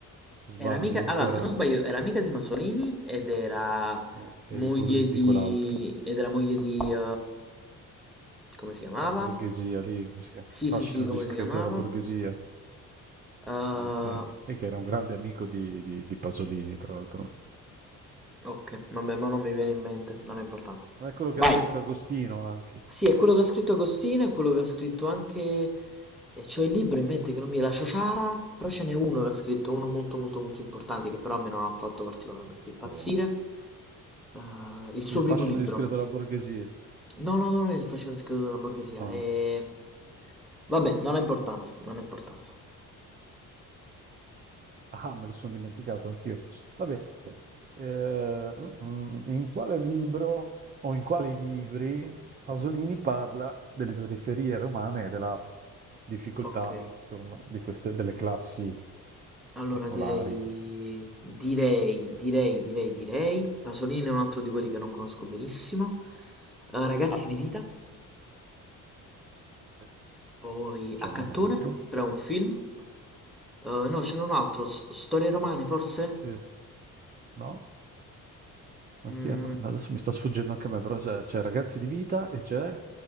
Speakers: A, on the right; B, in the centre.
A: Sbaglio?
B: Era amica, allora,
A: Ora,
B: se non sbaglio, era amica di Masolini ed era
A: sì, e,
B: moglie
A: po- e di
B: di...
A: quell'altro,
B: ed era moglie di... eh, come si chiamava?
A: la borghesia lì, come si chiama?
B: Sì,
A: Il fascino
B: sì, sì, come
A: discreto
B: si chiamava?
A: della borghesia.
B: Eh,
A: Eh, bene. E che era un grande amico di, di- di Pasolini, tra l'altro.
B: Okay, vabbè mo non mi viene in mente, non è importante.
A: Ma è quello che
B: Vai!
A: ha scritto Agostino anche.
B: Sì, è quello che ha scritto Agostino, è quello che ha scritto anche... E c'ho il libro in mente che non mi... La Ciociara, però ce n'è uno che ha scritto, uno molto molto molto importante, che però a me non ha fatto particolarmente impazzire.
A: Oh.
B: Eh, il suo
A: Il fascino
B: primo libro.
A: discreto della borghesia.
B: No, no, no, non è il fascino discreto della borghesia,
A: No.
B: è... Vabbè, non ha importanza, non ha importanza.
A: Ah, me lo sono dimenticato anch'io. Va bene. Eh, mm, in quale libro o in quali libri Pasolini parla delle periferie romane e della difficoltà,
B: Ok.
A: insomma, di queste, delle classi
B: Allora
A: popolari,
B: direi
A: insomma.
B: direi, direi, direi, direi Pasolini è un altro di quelli che non conosco benissimo. Eh, Ragazzi di vita,
A: Sì.
B: poi
A: C'era
B: Accattone,
A: un altro.
B: però è un film. Eh, no, ce n'è un altro, S- Storie romane forse?
A: Sì. No?
B: Mm,
A: Anche adesso mi sta sfuggendo anche a me, però c'è c'è Ragazzi di vita e c'è...